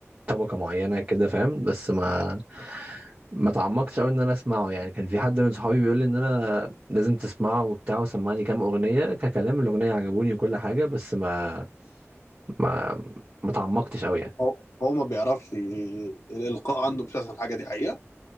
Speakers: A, on the right; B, on the left.
A: طبقة معينة كده فاهم بس ما ما تعمقتش قوي إن أنا أسمعه يعني كان في حد من صحابي بيقول لي إن أنا لازم تسمعه وبتاع وسمعني كام أغنية ككلام الأغنية عجبوني وكل حاجة بس ما ما ما تعمقتش قوي يعني
B: هو هو ما بيعرفش ي- الالقاء عنده مش احسن حاجه دي حقيقه